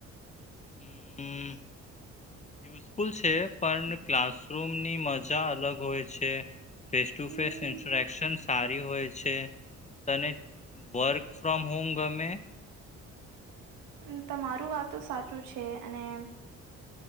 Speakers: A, on the left; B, on the right.
A: હમ યુઝફુલ છે, પણ ક્લાસરૂમની મજા અલગ હોય છે. Face to
B: hmm
A: face interaction સારી હોય છે. તને વર્ક ફ્રોમ હોમ ગમે?
B: ઉ તમારું વાત તો સાચું છે. અને,